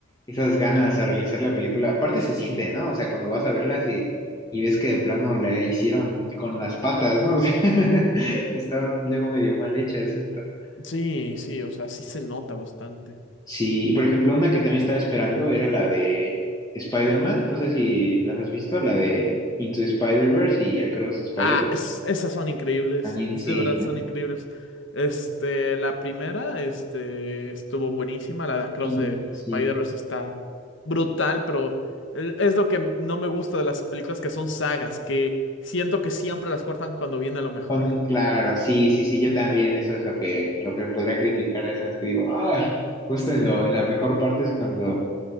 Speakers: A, on the left (about 20°); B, on the left (about 65°).
A: esas ganas a realizar la película, aparte se siente, ¿no? O sea, cuando vas a verlas y, y ves que de plano la hicieron con las patas, ¿no? O sea, <laughs> estaban luego medio mal hechas, siento.
B: Sí, sí, o sea, sí se nota bastante.
A: Sí, y por ejemplo, una que también estaba esperando era la de Spider-Man, no sé si las has visto, la de Into Spider-Verse y Across the Spider-Verse.
B: Ah, es- esas son increíbles,
A: También
B: es-
A: sí,
B: de verdad
A: ¿no?
B: son increíbles. Este, la primera, este, estuvo buenísima, la de Across
A: Sí,
B: de
A: sí.
B: Spider-Verse
A: sí.
B: está brutal, pero el- es lo que no me gusta de las películas que son sagas, que siento que siempre las cortan cuando viene lo mejor.
A: Cuando, claro, sí, sí, sí, yo también, eso es lo que, lo que podría criticar a esas que digo, ah, justo en lo, en la mejor parte es cuando,